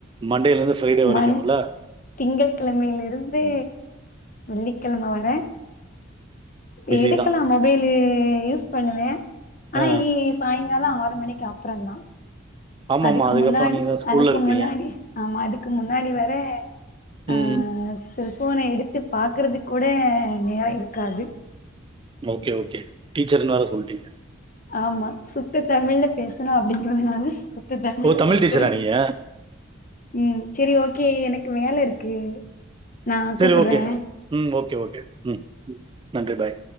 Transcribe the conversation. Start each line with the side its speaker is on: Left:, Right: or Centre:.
Right: மண்டேலருந்து ஃப்ரைடே வரைக்கும்ல.
Left: மண் திங்கக் கிழமையிலிருந்து வெள்ளிக்கிழம வர
Right: பிஸி
Left: எடுக்கலாம்
Right: தான்.
Left: மொபைலு யூஸ் பண்ணுவேன் ஆனா
Right: ஆ.
Left: ஈவினிங் சாயங்காலம் ஆவு ஆறு மணிக்கு அப்றந்தா
Right: ஆமாமா.
Left: அதுக்கு
Right: அதுக்கப்புறம்
Left: முன்னாடி
Right: நீங்க தான் ஸ்கூல்ல
Left: அதுக்கு
Right: இருப்பீங்க.
Left: முன்னாடி ஆமா அதுக்கு முன்னாடி வர ஆ
Right: ம்.
Left: செல்ஃபோன எடுத்து பாக்கறதுக் கூட நேர இருக்காது
Right: ஓகே ஓகே டீச்சர்னு வேற சொல்டிங்க
Left: ஆமா சுத்த தமிழ்ல பேசணு அப்படிங்கிறதுனால சுத்த தமிழ்ல
Right: ஓ! தமிழ்
Left: பேசுறே
Right: டீச்சரா நீங்க?
Left: உம் சரி ஓக் கே எனக்கு வேல இருக்கு நா
Right: சேர்
Left: கூப்புட்றே
Right: ஓகே ம் ஓகே ஓகே ம் நன்றி பாய்